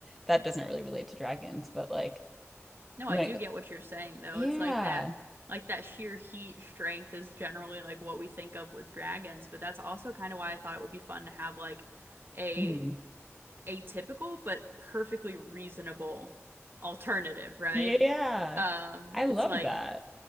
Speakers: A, in the centre; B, on the right.
A: that doesn't really relate to dragons but like
B: No,
A: when
B: I do
A: it
B: get what you're saying though.
A: yeah
B: It's like that like that sheer heat strength is generally like what we think of with dragons, but that's also kind of why I thought it would be fun to have like a
A: mm,
B: atypical but perfectly reasonable alternative, right?
A: yeah
B: Um,
A: I love
B: it's like
A: that.